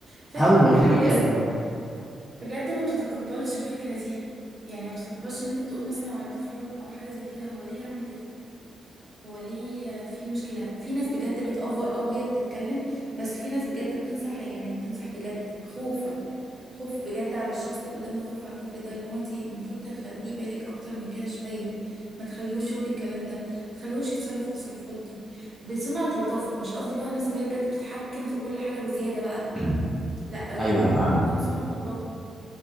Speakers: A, on the right; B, in the centre.
A: فكرة
B: اول
A: ان في
B: حاجة
A: ناس
B: بتتقال
A: بجد ما بتتقبلش الفكرة دي يعني ما بتتقبلش ان انت تقول مثلا على طفلهم او حاجة زي كده هو ليه عامل كده هو ليه في مشكلة في ناس بجد بتأفور اه وهي بتتكلم بس في ناس بجد بتنصح يعني بتنصح بجد خوفا خوف بجد على الشخص اللي قدام ده خوف على الطفل ده اللي هو انت المفروض تخليه بالك اكتر من كده شوية ما تخليهوش يقول الكلام ده ما تخليهوش يتصرف التصرفات دي بصنعة لطافة مش قصدي بقى الناس اللي هي بجد بتتحكم في كل حاجة بزيادة بقى
B: <clears throat>
A: لا اللي
B: ايوه
A: هي
B: انا
A: الناس
B: فاهمك
A: اللي فيها بصنعة لطافة